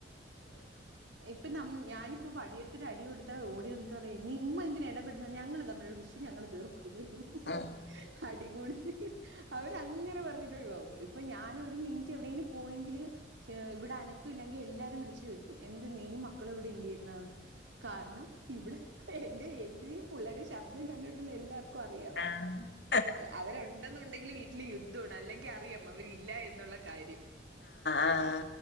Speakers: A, on the right; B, on the left.
A: ഇപ്പൊ ഞാനിപ്പൊ വടിയെടുത്തിട്ട് അടി കൊടുത്താ ഓടിന്ന ഉമ്മ എന്തിന ഇടപെടുന്ന ഞങ്ങള് തമ്മിലുള്ള വിഷയം ഞങ്ങൾ തീർക്കും.
B: ഉം
A: അടികൂടി അവരങ്ങനെ പറഞ്ഞിട്ട് ഒഴിവാവും. ഇപ്പൊ ഞാൻ ഒരു മിനിറ്റ് എവിടെങ്കിലും പോയെങ്കില് ഇവിട എനക്ക ഇല്ലെങ്കിൽ എല്ലാരും വിളിച്ചു ചോയ്ക്കും എന്ത് നീയും മക്കളും ഇവിടെ ഇല്ലയിരുന്നന്ന്. കാരണം ഇവിടെ എന്റെ എന്റെയും പുള്ളേരെ ശബ്ദം കണ്ടിട്ടുള്ള എല്ലാർക്കും, എല്ലാർക്കറിയാം
B: ആഹ്
A: അവരോടാ ഇണ്ടെന്നുണ്ടെങ്കിൽ വീട്ടില് യുദ്ധമാണ് അല്ലെങ്കിൽ അറിയാം അവരില്ല എന്നുള്ള കാര്യം.
B: ആഹ്